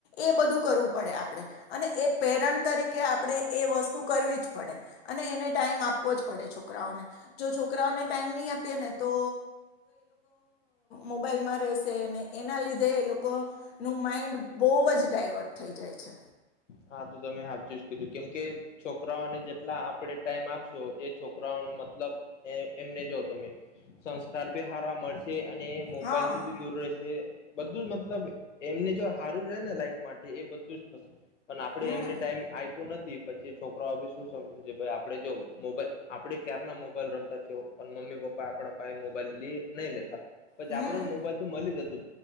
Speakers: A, on the left; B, on the left.
A: એ બધું કરવું પડે આપણે અને એ પેરન્ટ તરીકે આપણે એ વસ્તુ કરવી જ પડે અને એને ટાઈમ આપવો જ પડે છોકરાઓને જો છોકરાઓને ટાઈમ નહી આપીએ ને તો મોબાઈલમાં રહેશે એના ના લીધે એ લોકો નું માઈન્ડ બઉ જ ડાયવર્ટ થઈ જાય છે.
B: હા તો તમે હાફ ચોઇસ કીધી. કેમકે છોકરાઓને જેટલા આપણે ટાઈમ આપશો એ છોકરાઓનો મતલબ એમને જો તમે સંસ્કાર બી હારા મળશે અને મોબાઈલ
A: હા
B: થી બી દૂર રહેશે બધું જ મતલબ એમને જો હારું રહે ને લાઈફ માટે એ બધું જ થશે પણ આપડણે
A: હમ
B: એમને ટાઈમ આપ નથી પછી છોકરો શું સમ આપે જો મોબાઈલ આપડે ક્યાર ના મોબાઈલ રમતા છે પણ મમ્મી પપ્પા આપડા પાયે મોબાઈલ લ નહી લેતા પછી
A: હમ
B: આપડે તો મોબાઈલ તો મળી જતો